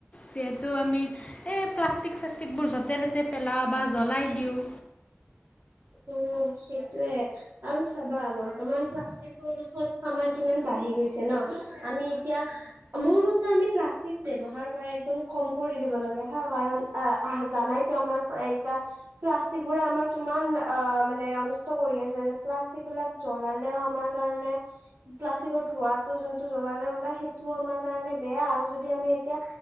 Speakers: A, on the left; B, on the right.
A: যিহেতু আমি এই প্লাষ্টিক চাষ্টিকবোৰ য'তে ত'তে পেলাওঁ। বা জ্বলাই দিওঁ।
B: উম সেইটোয়ে আৰু চাবা বৰ্তমান প্লাষ্টিক প্ৰদূষণ আমাৰ কিমান বাঢ়ি গৈছে ন, আমি এতিয়া, মোৰ মতে আমি প্লাষ্টিক ব্যৱহাৰ কৰা একদম কম কৰি দিব লাগে হা কাৰণ আহ জানাইতো আমাৰ এয়া প্লাষ্টিকবোৰে আমাৰ কিমান অ মানে অনিষ্ট কৰি আছে প্লাষ্টিকবিলাক জলালেও আমাৰ কাৰণে প্লাষ্টিকৰ ধোৱাটো জলালে ওলাই সেইটোও আমাৰ কাৰণে বে বেয়া আৰু যদি আমি এতিয়া